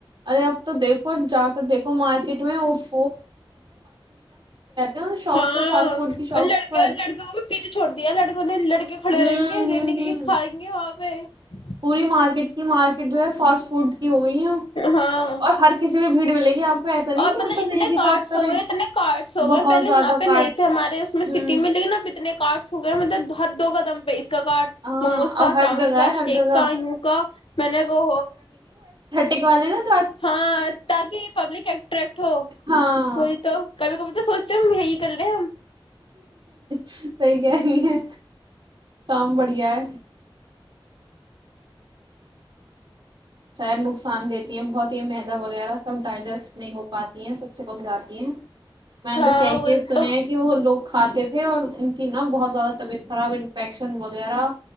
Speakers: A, on the right; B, on the left.
A: ارے اب تو دیکھو جا کر دیکھو مار کٹ میں اف ہیں شاپس
B: ہاں
A: پہ فاسٹ
B: اور
A: فوڈ کی شاپ
B: لڑکے
A: پر
B: لڑکےوں بھی پیچھے چھوڑ دیا لڑکوں نے لڑکے کھڑے
A: ہوں
B: رہیں گے
A: ہوں
B: رہنے کے
A: ہوں
B: لیے کھائیں گے اورپ <unintelligible>
A: پوری مارکیٹ کی مارکیٹ جو ہے فاسٹ فوڈ کی ہو گئی ہے
B: ہاں
A: اور ہر کسی میں بھیڑ ملے گی آپ کو ایسا نہیں
B: اور
A: کہ
B: مطلب
A: بس
B: اتنے
A: ایک ہی
B: کارڈس
A: شاپ پر
B: ہو
A: ہے
B: گئے اتنے کارڈس ہو
A: بہت
B: گئے پہلے
A: زیادہ
B: یہاں پہ
A: کارٹس
B: نہیں تھے ہمارے اس میں
A: ہوں
B: سٹی ملی نہ لیکن اب اتنے کارٹس ہو گئے مطلب ہر دو قدم پہ اس کا
A: ہاں
B: موموز کا
A: اب ہر
B: چاؤمین
A: جگہ
B: کا
A: ہے ہر
B: شیک
A: جگہ
B: کا یوں کا میں نے وہ
A: ٹک والےا <unintelligible>
B: ہاں تاک پبلک اٹریکٹ ہو
A: ہاں
B: کوئی تو کبھی کبھی تو سوچتے ہیے یہی کرلے ہم
A: صی کہ رہی ہے کام بڑھیا ہے خیر نقصان دیتی ہیں بہت میدا وغیرہ سب ڈائجیسٹ نہیں ہو پاتی ہیں سب چپک جاتی ہیں میں
B: ہاں
A: نے تو کہ
B: وہی
A: کے سنے
B: تو
A: ہیں کہ وہ لوگ کھاتے تھے اور ان کی نا بہت زیادہ طبیعت خراب انفیکشن وغیرہ